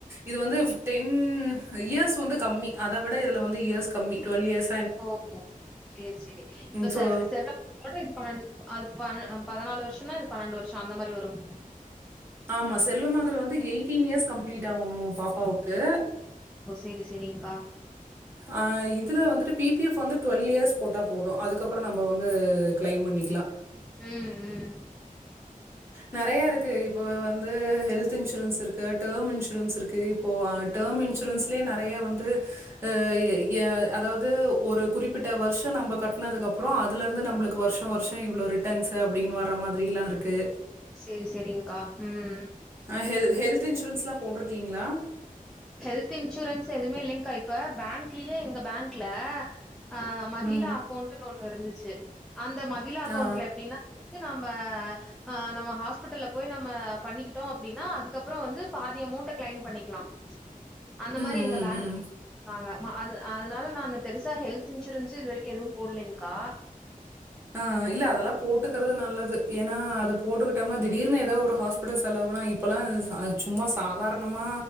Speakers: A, on the right (about 15°); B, in the centre.
A: இது வந்து டென் இயர்ஸ் த்து வந்து கம்மி அத விட இதுல வந்து இயர்ஸ் கம்மி டுவல் இயர்ஸ்
B: ஓ சேர் சேரி இப்ப
A: ம்.
B: செ
A: சோ
B: செல்வ அதுவோட இது பன்னென் அது பண் பதுநாலு வருஷோனா இது பன்னெண்டு வருஷோ அந்த மாரி வருங்
A: ஆமா செல்வ மகள் வந்து எயிட்டீன் இயர்ஸ் கம்பிளீட் ஆவுணு பாப்பாவுக்கு
B: ஓ சேரி சேரிங்கா
A: அ இதுல வந்துட்டு பி பி எஃப் வந்து டுவல் இயர்ஸ் போட்டா போது அதுக்கப்றோ நம்ம வந்து கிளைம் பண்ணிக்லா
B: ம் ம்
A: நெறைய இருக்கு இப்போ வந்து ஹெல்த் இன்சூரன்ஸ் இருக்கு டேம் இன்சூரன்ஸ் இருக்கு இப்போ டேம் இன்சூரன்ஸ்லே நெறையா வந்து அ எ அதாவுது ஒரு குறிப்பிட்ட வருஷோ நம்ப கட்னதுக்கு அப்றோ அதுல இருந்து நம்மளுக்கு வருஷ் இத்தன வருஷோ இவ்ளோ ரிட்டன்ஸ் அப்டின்னு வர மாதிரில்லா இருக்கு
B: சேரி சேரிங்க்கா ம்
A: ஆ ஹெ ஹெல்த் இன்சூரன்ஸ்லா போட்ருக்கீங்ளா
B: ஹெல்த் இன்சூரன்ஸ் எதுமே இல்லிங்கா இப்ப பேங்க்லியே எங்க பேங்க்ல அ மகிழா
A: ம்.
B: அக்கௌண்டுன்னு ஒன்னு இருந்துச்சு அந்த மகிழா அக்கௌண்ட்ல
A: ஆ.
B: எப்டின்னா க்கு நம்ம அ நம்ம ஹாஸ்பிட்டல்ல போய் நம்ம பண்ணிக்கிட்டோ அப்டின்னா அதுக்கப்றோ வந்து பாதி அமௌண்ட கிளைம் பண்ணிக்லா அந்த
A: ம்,
B: மாரி எங்க
A: ம்,
B: பேங்க்
A: ம்.
B: நாங்க மா அ அதுனால நா பெருசா ஹெல்த் இன்சூரன்ஸு இது வரைக்கு எதுவு போல்லிங்க்கா
A: ஆ இல்ல அதெல்லா போட்டுக்குறது நல்லது ஏனா அது போட்டுக்குட்டம்னா திடீர்னு எதோ ஒரு ஹாஸ் பிட்டல் செலவுனா இப்பெல்லா சும்மா சாதாரணமா